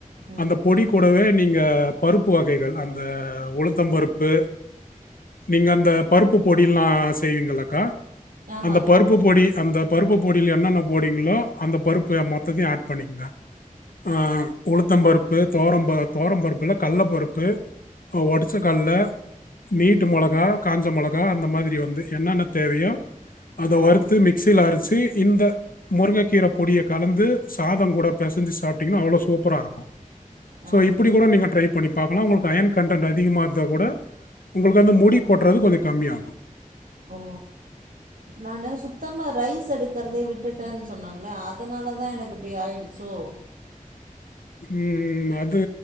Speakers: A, on the right (about 80°); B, on the left (about 80°).
A: ம்
B: அந்த பொடி கூடவே நீங்க பருப்பு வகைகள் அந்த உளுந்தப் பருப்பு நீங்க அந்த பருப்பு பொடில்லா செய்வீங்களக்கா
A: ஆமாங்
B: அந்த பருப்பு பொடி அந்த பருப்பு பொடில என்னென்ன போடிங்களோ அந்த பருப்ப மொத்தத்தையு ஆட் பண்ணிக்கங்க ஆ உளுத்தம் பருப்பு தொவரம்ப தொவரம் பருப்பில்ல கடல பருப்பு ஒடைச்ச கடல நீட்டு மொளகா காஞ்ச மொளகா அந்த மாரி வந்து என்னென்ன தேவையோ அத வறுத்து மிக்சியில அரச்சு இந்த முருங்கைக்கீர பொடிய கலந்து சாதம் கூட பெசஞ்சு சாப்ட்டிங்கன்னா அவ்வளோ சொ சூப்பராக இருக்கு
A: ஆ
B: ஸோ இப்படி கூட நீங்க ட்ரை பண்ணி பாக்கலா உங்ளுக்கு அயன் கன்டென்ட் அதிகமாகருந்த கூட உங்களுக்கு அந்த முடி கொட்றது கொஞ்ச கம்மியாகு
A: ஓ நானு சுத்தமா ரைஸ் எடுக்கிறதே விட்டுட்டேனு சொன்னேல அதுனாலதா எனக்கு இப்டி ஆயிடுச்சோ
B: உம் அது